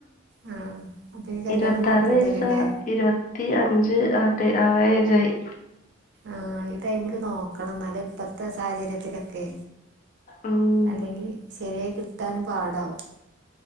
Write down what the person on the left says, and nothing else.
ഇരുപത്താറ്
വയസ
ഇരുപ പത്തി അഞ്ച് ആട്ട ആ ഏജായി
ഉം